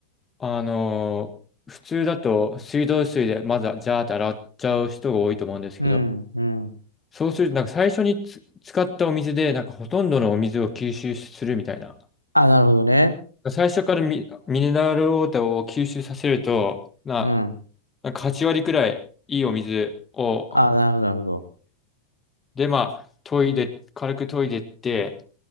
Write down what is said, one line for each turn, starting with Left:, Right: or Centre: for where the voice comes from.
Left: あのー普通だと水道水でまずはジャーって洗っちゃう人が多いと思うんですけど、
Right: うん、うん。
Left: そうすると、なんか最初につ使ったお水で、なんかほとんどのお水を吸収するみたいな。
Right: あ、なるほどね。
Left: 最初からミ、ミネラルウォーターを吸収させると、な、
Right: うん。
Left: なんか8割くらいいいお水を、
Right: あ、なるほど、なるほど。
Left: で、まあ、研いで、軽く研いでって、